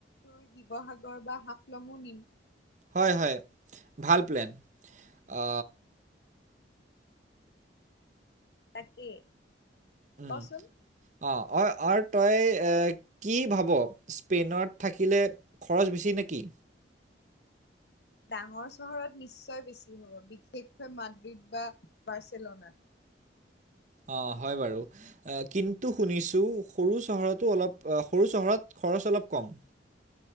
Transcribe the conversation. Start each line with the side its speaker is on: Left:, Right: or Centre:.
Left: তোৰ শিৱসাগৰ বা হাফলঙো নিম।
Right: হয়, হয় ভাল প্লেন। আ
Left: তাকে
Right: উম
Left: ক'চোন।
Right: অ', অ' আৰু তই কি ভাব স্পেইনত থাকিলে খৰচ বেছি নে কি?
Left: ডাঙৰ চহৰত নিশ্চয় বেছি হ'ব বিশেষকৈ মাদ্ৰিদ বা বাৰ্চেলনাত।
Right: অ' হয় বাৰু। আহ, কিন্তু শুনিছো সৰু চহৰতো, অলপ সৰু চহৰত খৰচ অলপ কম।